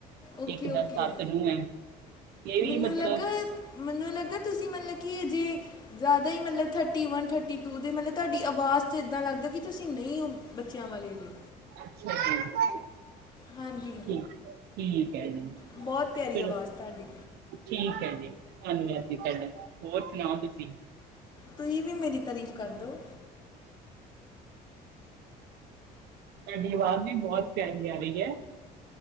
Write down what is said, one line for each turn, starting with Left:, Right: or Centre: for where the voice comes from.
Left: ਓਕੇ
Right: ਇੱਕ
Left: ਓਕੇ
Right: ਦਸ ਸੱਤ ਨੂੰ ਹੈ ਇਹ ਵੀ
Left: ਮੈਨੂੰ
Right: ਮਤਲਬ
Left: ਲੱਗਾ ਮੈਨੂੰ ਲੱਗਾ ਤੁਸੀਂ ਮਤਲਬ ਕਿ ਅਜੇ ਜ਼ਿਆਦਾ ਹੀ ਮਤਲਬ ਥਰਟੀ ਵਨ ਥਰਟੀ ਟੂ ਦੇ ਮਤਲਬ ਤੁਹਾਡੀ ਆਵਾਜ਼ ਤੌ ਇੱਦਾਂ ਲੱਗਦਾ ਕਿ ਤੁਸੀਂ ਨਹੀਂ ਹੋ। ਬੱਚਿਆਂ ਵਾਲੈ ਜੇ।
Right: ਅੱਛਾ ਜੀ‌‌।
Left: ਹਾਂਜੀ
Right: ਠੀਕ ਠੀਕ ਹੈ ਜੀ
Left: ਬਹੁਤ ਪਿਆਰੀ
Right: ਚਲੋ।
Left: ਆਵਾਜ਼ ਤੁਹਾਡੀ
Right: ਠੀਕ ਹੈ ਜੀ ਹਾਂਜੀ ਹਾਂਜੀ ਹੋਰ ਸੁਣਾਓ ਤੁਸੀਂ।
Left: ਤੁਹੀ ਵੀ ਮੇਰੀ ਤਾਰੀਫ਼ ਕਰ ਦੋ।
Right: ਤੁਹਾਡੀ ਆਵਾਜ਼ ਵੀ ਬਹੁਤ ਪਿਆਰੀ ਆ ਰਹੀ ਹੈ